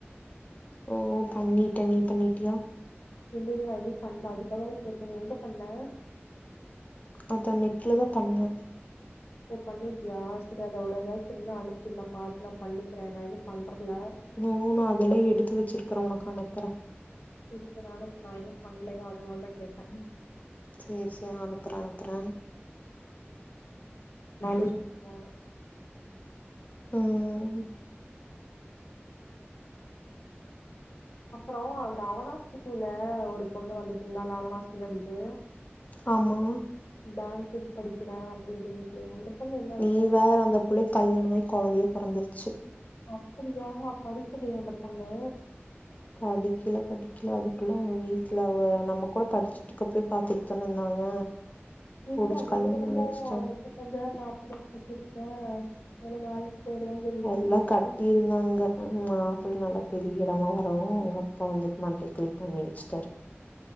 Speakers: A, on the left; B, on the left.
A: ஓ பண்ணிட்ட நீ பண்ணிட்டியா
B: இல்ல நா எது பண்றன் அதுக்காக கேட்ட நீ எங்க பண்ண
A: அதான் நெட்டு்லதான் பண்ணேன்
B: ஓ பண்ணிருக்கியா சரி அதோட ஏதாவதுச்சரிா அனுப்புது நான் பாார்த்து நான் பண்ணிக்கிறேன் நான் எதுவும் பண்றல
A: ஓ நான் அதெல்ல எடுத்து வச்சிருக்கறேன் உனக்கு அனுப்புறேன்
B: சிருப்பரான இப்ப நான் என்ன பண்ணலையோ அதனால தான் கேட்டேன்
A: செரி செரி நான் அனுப்புறேன் அனுப்புறேன்
B: நானு போவ
A: உம்
B: அப்புறோ அந்த அவனாசில ஒரு பொண்ணு வந்துட்டு இருந்தா நா அவனாசில இருந்து
A: ஆமா
B: பேங்குக்கு படிக்கிற அப்படின்னு சொல்ட்டு அந்த பொண்ணு என்னாச்சு
A: நீ வேற அந்த புள்ளைக்கு கல்யாணம் ஆகி குழந்தையே பொறந்திருச்சு
B: அப்படியா படிக்கலயா அந்தப் பொண்ணு
A: படிக்கல படிக்கல அதுக்குள்ள அவுங்க வீட்ல நம்ம கூட படிச்சிட்டுக்கப்பயே பாத்துட்டுதானே இருந்தாங்க
B: வீட்ல
A: புடிச்சு
B: அந்த
A: கல்யாணம்
B: பொண்ணு என்னமோ
A: பண்ணி வச்சுட்டாங்க
B: முப்பத்தஞ்சாயிரோ நாற்பதாயிரோ கட்டிருக்க ல்லா வேலைக்கு போயிருவேன்னு சொல்லிட்டு
A: எல்லா
B: இருந்துச்சு
A: கட்டியிருந்தாங்க மாப்ள நல்லா பெரிய இடமா வரவூ அவுங்க அப்பா வந்து மண்டைய கழுவி பண்ணி வெச்சிட்டாரு